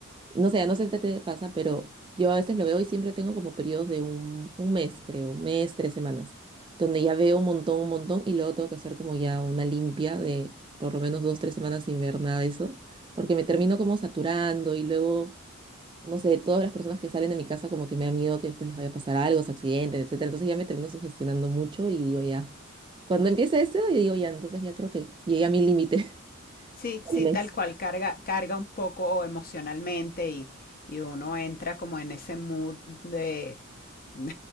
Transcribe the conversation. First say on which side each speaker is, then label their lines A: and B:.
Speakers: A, on the right (about 25°); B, on the left (about 45°).
A: No sé, no sé si a ti te pasa, pero yo a veces lo veo y siempre tengo como periodos de un, un mes, creo, un mes, tres semanas, donde ya veo un montón, un montón y luego tengo que hacer como ya una limpia de por lo menos dos, tres semanas sin ver nada de eso, porque me termino como saturando y luego, no sé, todas las personas que salen de mi casa como que me da miedo que después les vaya a pasar algo, se accidentes, etcétera. Entonces ya me termino sugestionando mucho y digo ya, cuando empiece eso, yo digo ya, entonces ya creo que llegué a mi límite
B: Sí,
A: <laughs>
B: sí,
A: del mes.
B: tal cual, carga, carga un poco emocionalmente y, y uno entra como en ese mood de <laughs>